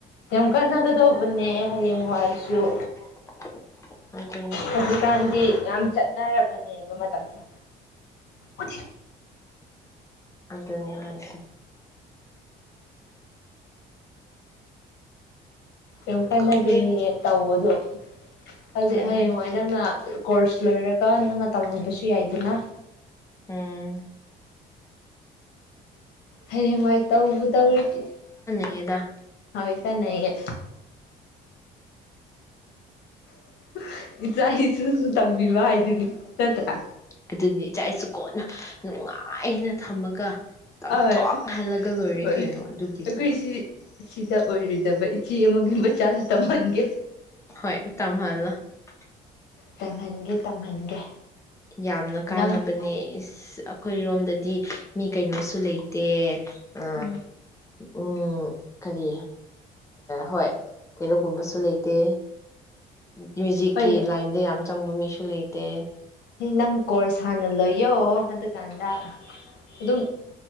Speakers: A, on the left (about 85°); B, on the left (about 15°).
A: ꯀꯟꯅꯒꯗꯧꯕꯅꯦ
B: ꯌꯥꯝ ꯀꯅꯒꯗꯧꯕꯅꯦ
A: ꯍꯌꯦꯡꯋꯥꯏꯁꯨ
B: <unintelligible> ꯑꯗꯨꯅꯤ꯫
A: ꯍꯧꯖꯤꯛꯀꯥꯟꯗꯤ ꯌꯥꯝ ꯆꯠꯅꯔꯕꯅꯦꯕ ꯃꯇꯝꯁꯦ꯫ ꯄꯨ꯫
B: ꯑꯗꯨꯅꯦ ꯍꯥꯏꯁꯦ
A: ꯌꯥꯝ ꯀꯟꯅꯒꯅꯤꯌꯦ
B: ꯈꯪꯗꯦ
A: ꯇꯧꯑꯣꯗꯨꯝ ꯍꯧꯖꯤꯛ
B: ꯎꯝ
A: ꯍꯌꯦꯡ ꯋꯥꯏ ꯅꯪꯅ꯫ ꯀꯣꯔꯁ ꯂꯣꯏꯔꯒ ꯅꯪꯅ ꯇꯝꯍꯟꯅꯤ꯫ ꯑꯗꯨꯁꯨ ꯌꯥꯏꯗꯅ
B: ꯎꯝ
A: ꯍꯌꯦꯡꯋꯥꯥꯏ ꯇꯧꯕꯨ ꯇꯧꯔꯗꯤ
B: ꯌꯦꯗꯥ
A: ꯍꯣꯏ ꯀꯥꯟꯅꯌꯦ <inaudible> ꯏꯁꯨꯁꯨ ꯇꯝꯕꯤꯕ ꯍꯥꯏꯗꯨꯅꯤ ꯅꯠꯇ꯭ꯔꯥ
B: ꯑꯗꯨꯅꯤ ꯏꯆꯥ ꯏꯁꯨ ꯀꯣꯟꯅ ꯅꯨꯡꯉꯥꯏꯅ ꯊꯝꯃꯒ ꯌꯥꯝꯊꯣꯛꯍꯜꯂꯒ
A: ꯑꯣꯏ
B: ꯂꯣꯏꯔꯦ
A: ꯍꯣꯏ
B: ꯀꯩꯅꯣ ꯑꯗꯨꯒꯤꯕꯨ
A: ꯑꯩꯈꯣꯏꯁꯤ ꯁꯤꯗ ꯑꯣꯏꯔꯣꯏꯗꯕ ꯏꯆꯦ ꯑꯃꯒꯤ ꯃꯆꯥꯁꯨ ꯇꯝꯍꯟꯒꯦ
B: ꯍꯣꯏ ꯇꯝꯍꯜꯂ <inaudible>
A: ꯇꯝꯍꯟꯒꯦ ꯇꯝꯍꯟꯒꯦ
B: ꯌꯥꯝꯅ
A: ꯅꯪ
B: ꯀꯥꯟꯅꯕꯅꯦ ꯑꯩꯈꯣꯏꯔꯣꯝꯗꯗꯤ ꯃꯤ ꯀꯩꯅꯣꯁꯨ ꯂꯩꯇꯦ ꯑ꯫
A: ꯎꯝ
B: ꯎꯝ ꯀꯔꯤ ꯍꯣꯏ ꯀꯩꯩꯅꯣꯒꯨꯝꯕꯁꯨ ꯂꯩꯇꯦ꯫ ꯃ꯭ꯌꯨꯖꯤꯛꯀꯤ
A: ꯍꯣꯏꯅꯦ
B: ꯂꯥꯏꯟꯗ ꯌꯥꯝ꯫ ꯆꯪꯕ ꯃꯤꯁꯨ ꯂꯩꯇꯦ꯫
A: ꯍꯩ ꯅꯪ ꯀꯣꯔꯁ ꯍꯥꯟꯅ ꯂꯣꯏꯌꯣ ꯑꯗꯨꯀꯥꯟꯗ꯫ ꯑꯗꯨꯝ